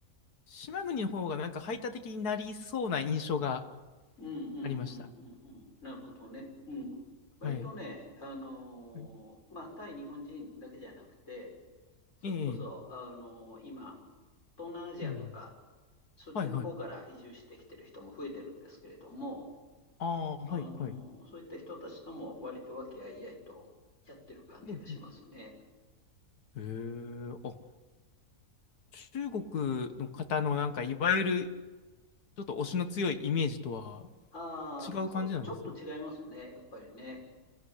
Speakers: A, on the left (about 75°); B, on the left (about 50°).
A: 島国の方がなんか排他的になりそうな印象が
B: うんうんうんうんうん。
A: ありました。
B: なるほどね。うん。割とね、
A: はい。
B: あのーまあ、
A: はい
B: 対日本人だけじゃなくて、それこそ、
A: ええ、
B: あのー今、東南アジアとか、
A: うん。
B: そっちの方から移住してきてる人も増えてるんですけれども、
A: はい、はい。ああ、
B: あのーそういった人たちとも割と和気あいあいとやってる感じがしますね。
A: はい、はい。うん、うん。へえ、あ、中国の方のなんか、いわゆるちょっと推しの強いイメージとは
B: ああ、
A: 違う感じなんですね。
B: そう、ちょっと違いますね、やっぱりね。